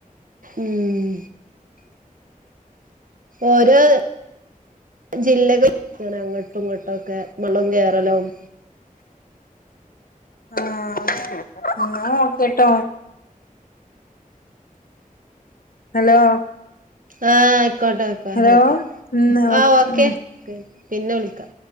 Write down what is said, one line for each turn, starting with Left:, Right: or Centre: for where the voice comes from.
Right: ഉം ഓരോ ജില്ലക ഇങ്ങനെ അങ്ങോട്ടും ഇങ്ങോട്ടൊക്കെ വെള്ളം കേറലും
Left: ആഹ് ന്നാ ഒക്കെട്ടോ ഹലോ
Right: ആഹ് ആയിക്കോട്ടയിക്കോ
Left: ഹലോ
Right: ഓക്കെ
Left: ഉം
Right: ആഹ് ഓക്കെ
Left: ഉം
Right: പിന്നെ വിളിക്കാ